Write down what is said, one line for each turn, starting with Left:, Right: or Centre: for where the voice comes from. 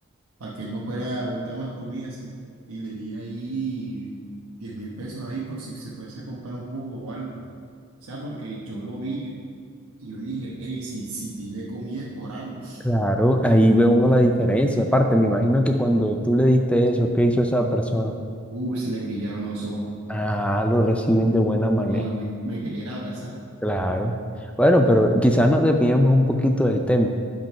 Right: para que no fuera a buscar más comida así. Y le di ahí diez mil pesos ahí por si se fuese a comprar un jugo o algo. O sea, porque yo lo vi y yo dije, hey, si, si pide comida es por algo.
Centre: Claro, ahí ve uno la diferencia. Aparte, me imagino que cuando tú le diste eso, ¿qué hizo esa persona?
Right: Uy, se le brillaron los ojos.
Centre: Ah, lo reciben de buena manera.
Right: No, me, me quería era abrazar.
Centre: Claro. Bueno, pero quizás nos desviamos un poquito del tema.